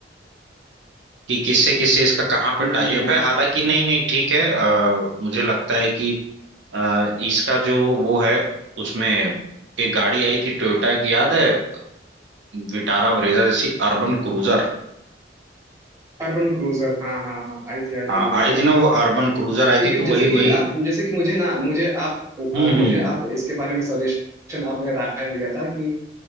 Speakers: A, on the right; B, on the right.
A: कि किससे किससे इसका कहाँ पे
B: हम्म
A: टाइप
B: हम्म
A: है
B: हम्म
A: हालांकि नहीं नहीं ठीक है अ, मुझे लगता है कि अ, इसका जो वो है उसमें एक गाड़ी आई थी टोयोटा की याद है अ, विटारा ब्रेजा जैसी अर्बन क्रूजर
B: अर्बन क्रूजर हाँ हाँ हाँ आई थी आई
A: हाँ,
B: थी भैया
A: आई थी ना वो अर्बन क्रूजर आई
B: क्योंकि
A: थी तो
B: जैसे
A: वही
B: कि
A: वही
B: आप जैसे कि मुझे ना मुझे आप
A: हम्म
B: अ, मुझे
A: हम्म
B: आप इसके बारे में सजेशन आपने राय दिया था कि